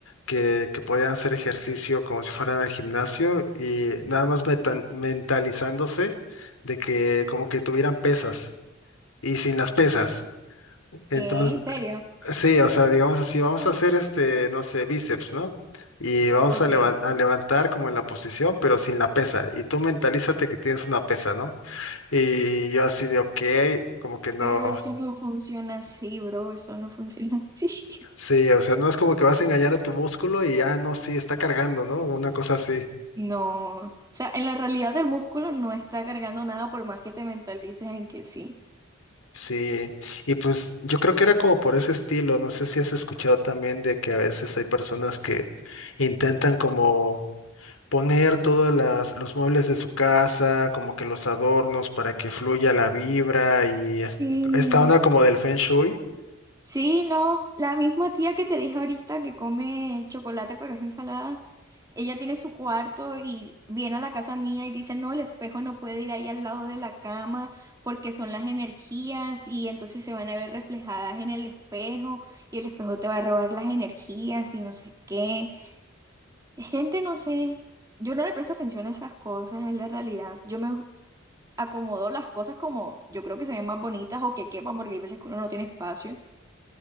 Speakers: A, on the left (about 85°); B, on the right (about 15°).
A: que, que podían hacer ejercicio como si fueran al gimnasio y nada más metan- mentalizándose de que como que tuvieran pesas y sin las pesas. entonces
B: ¿qué? ¿En serio?
A: Sí, o sea, digamos así, vamos a hacer este, no sé, bíceps, ¿no? Y vamos
B: Ok,
A: a, levan- a levantar como en la posición, pero sin la pesa. Y tú mentalízate que tienes una pesa, ¿no? Y yo así de, ok, como que no,
B: pero eso no funciona así, bro, eso no funciona así.
A: sí,
B: <laughs>
A: o sea, no es como que vas a engañar a tu músculo y ya no, sí, está cargando, ¿no? Una cosa así.
B: No, o sea, en la realidad el músculo no está cargando nada por más que te mentalices en que sí.
A: Sí, y pues yo creo que era como por ese estilo, no sé si has escuchado también de que a veces hay personas que intentan como poner todos las, los muebles de su casa, como que los adornos para que fluya la vibra y es-
B: Sí.
A: esta onda como del Feng Shui.
B: Sí, no, la misma tía que te dije ahorita que come chocolate pero es ensalada, ella tiene su cuarto y viene a la casa mía y dice, no, el espejo no puede ir ahí al lado de la cama porque son las energías y entonces se van a ver reflejadas en el espejo y el espejo te va a robar las energías y no sé qué. Gente, no sé, yo no le presto atención a esas cosas, es la realidad. Yo me acomodo las cosas como yo creo que se ven más bonitas o que quepan porque hay veces que uno no tiene espacio.